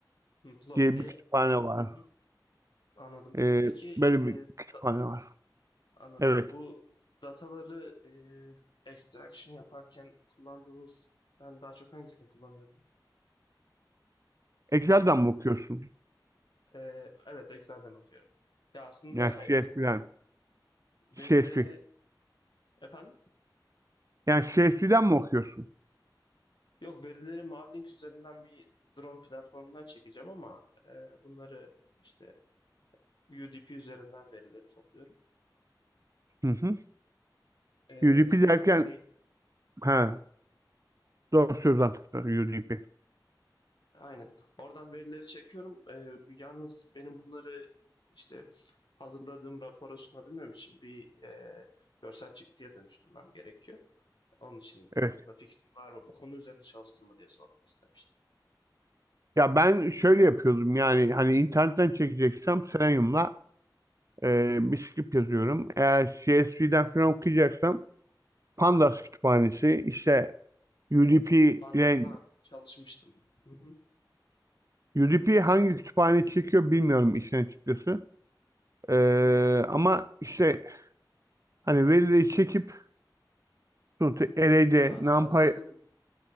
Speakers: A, on the left; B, on the right.
A: Hı, Plot
B: diye
A: diye.
B: bir kütüphane var.
A: Hı hı, anladım.
B: Ee,
A: E, peki
B: böyle
A: eee,
B: bir kütüphane
A: da-
B: var.
A: anladım.
B: Evet.
A: Bu dataları eee, extraction yaparken kullandığımız sen daha çok hangisini kullanıyordun?
B: Excel'den mi okuyorsun?
A: Ee, evet, Excel'den okuyorum. Ya aslında
B: Yani
A: e,
B: CSV'den.
A: e,
B: CSV.
A: verileri efendim?
B: Yani CSV'den mi okuyorsun?
A: Yok verileri Mavlink üzerinden bir drone platformundan çekeceğim ama e, bunları işte UDP üzerinden verileri topluyorum.
B: Hı hı.
A: E,
B: UDP derken
A: yani
B: ha, doğru söz anahtarı UDP.
A: aynen. Oradan verileri çekiyorum. E, yalnız benim bunları işte hazırladığım rapora sunabilmem için bir e, görsel çıktıya dönüştürmem gerekiyor. Onun için
B: Evet.
A: aslında fikrin var mı? Bu konu üzerinde çalıştın mı diye sormak istemiştim.
B: Ya ben şöyle yapıyordum yani hani internetten çekeceksem Selenium'la e, bir script
A: Hiç Selam
B: yazıyorum. Eğer CSV'den falan okuyacaksam Pandas kütüphanesi işte UDP
A: Pandas'la
B: ile
A: çalışmıştım. Hı hı,
B: UDP hangi kütüphane çekiyor bilmiyorum işin açıkçası. E,
A: hı hı.
B: ama işte hani verileri çekip sonuçta array'de
A: Ya aslında
B: NumPy
A: bu-